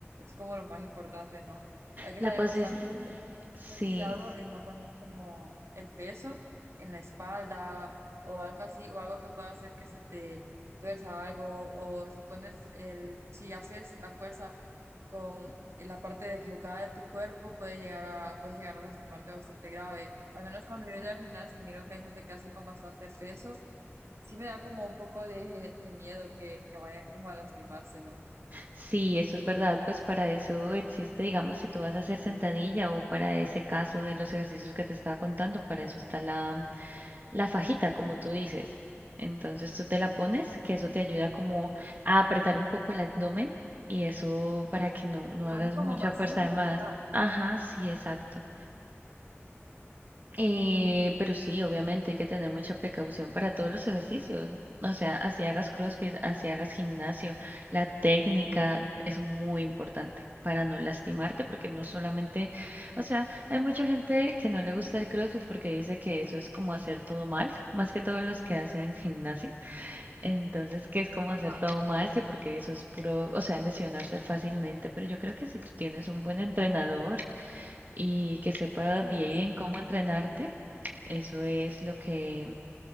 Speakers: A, on the right (about 75°); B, on the right (about 40°).
A: es como lo más importante, ¿no? Hay que
B: La
A: tener
B: posición,
A: bastante, bastante
B: sí,
A: cuidado en no poner como el peso en la espalda o algo así, o algo que pueda hacer que se te tuerza algo, o si pones el, si haces la fuerza con la parte equivocada de tu cuerpo, puede llegar a, puedes llegar a lastimarte bastante grave. Al menos cuando yo voy al gimnasio y miro que hay gente que hace con bastante peso, sí me da como un poco de, de miedo que, que vayan como a lastimarse, ¿no?
B: sí, eso es verdad, pues para eso existe, digamos, si tú vas a hacer sentadilla o para ese caso de los ejercicios que te estaba contando, para eso está la la fajita, como tú dices. Entonces tú te la pones, que eso te ayuda como a apretar un poco el abdomen y eso para que no, no
A: Se pone
B: hagas
A: como
B: mucha
A: más
B: fuerza
A: fino,
B: de más.
A: ¿verdad?
B: Ajá, sí, exacto. Eh, pero sí, obviamente hay que tener mucha precaución para todos los ejercicios. O sea, así hagas CrossFit, así hagas gimnasio, la técnica es muy importante para no lastimarte, porque no solamente, o sea, hay mucha gente que no le gusta el CrossFit porque dice que eso es como hacer todo mal, más que todos los que hacen <laughs> gimnasio. Entonces, que es como
A: Ajá,
B: hacer todo mal, que porque eso es puro, o sea, lesionarse fácilmente, pero yo creo que si tú tienes un buen entrenador, y que sepa
A: sí,
B: bien
A: de señor.
B: cómo entrenarte, eso es lo que,